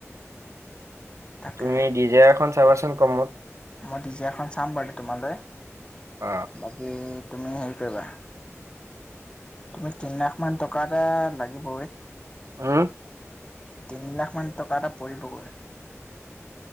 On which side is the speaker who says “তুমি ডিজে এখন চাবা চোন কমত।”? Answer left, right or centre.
Right